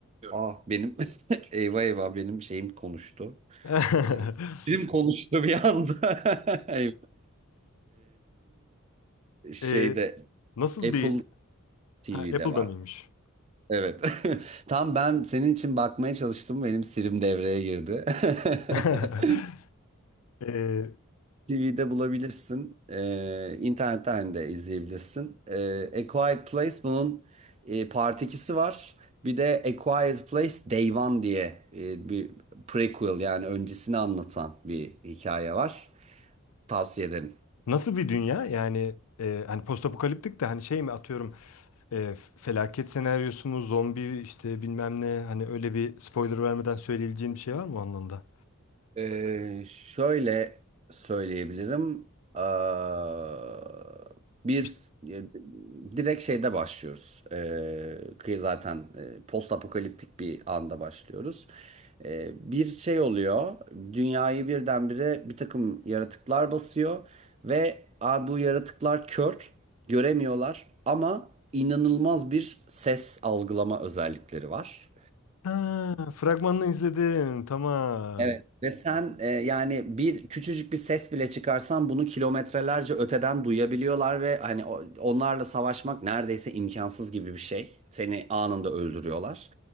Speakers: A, on the right (about 30°); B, on the left (about 85°).
A: ah benim <laughs> eyvah eyvah benim şeyim konuştu.
B: <laughs>
A: Ee, Film konuştu. bir anda <laughs> Eyvah. Ee, şeyde
B: Ee, nasıl
A: Apple
B: bir...
A: TV'de
B: Ha, Apple'da
A: var.
B: mıymış?
A: Evet. <laughs> Tam ben senin için bakmaya çalıştım. Benim Siri'm devreye girdi. <laughs>
B: <laughs> Ee,
A: TV'de bulabilirsin. E, internetten de izleyebilirsin. E, A Quiet Place bunun e, Part 2'si var. Bir de A Quiet Place Day One diye e, bir prequel yani öncesini anlatan bir hikaye var. Tavsiye ederim.
B: Nasıl bir dünya? Yani e, hani postapokaliptik de hani şey mi atıyorum e, felaket senaryosu mu zombi işte bilmem ne hani öyle bir spoiler vermeden söyleyebileceğim bir şey var mı o anlamda?
A: Ee, şöyle söyleyebilirim. Aa, bir
B: İşte-
A: e, direkt şeyde başlıyoruz. Ee, kıyı zaten e, post apokaliptik bir anda başlıyoruz. Ee, bir şey oluyor. Dünyayı birdenbire bir takım yaratıklar basıyor ve "Aa, bu yaratıklar kör, göremiyorlar ama inanılmaz bir ses algılama özellikleri var.
B: Ha, fragmanını izledim. Tamam.
A: Evet ve sen e, yani bir küçücük bir ses bile çıkarsan bunu kilometrelerce öteden duyabiliyorlar ve hani o- onlarla savaşmak neredeyse imkansız gibi bir şey. Seni anında öldürüyorlar.